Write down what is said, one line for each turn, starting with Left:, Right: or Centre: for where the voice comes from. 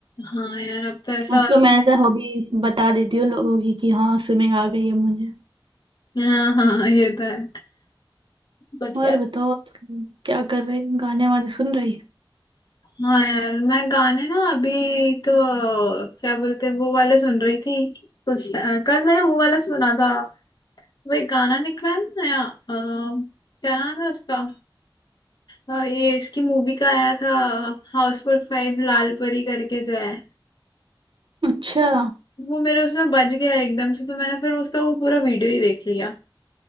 Left: हाँ यार अब तो ऐसा
Right: अब तो मैं एज हॉबी बता देती हूँ लोगों की कि हाँ स्विमिंग आ गई है मुझे
Left: हाँ हाँ हाँ, ये तो है बट
Right: और
Left: यार
Right: बताओ आजकल क्या कर रही हो? गाने वाने सुन रही है
Left: हाँ यार मैं गाने ना अभी तो क्या बोलते हैं, वो वाले सुन रही थी कुछ कल मैंने वो वाला सुना था वही गाना निकला है ना नया अ, क्या नाम है उसका अ, ये इसकी मूवी का आया था हाउसफुल फाइव लाल परी करके जो है
Right: अच्छा
Left: वो मेरे उसमें बज गया एकदम से तो मैंने फिर उसका वो पूरा वीडियो ही देख लिया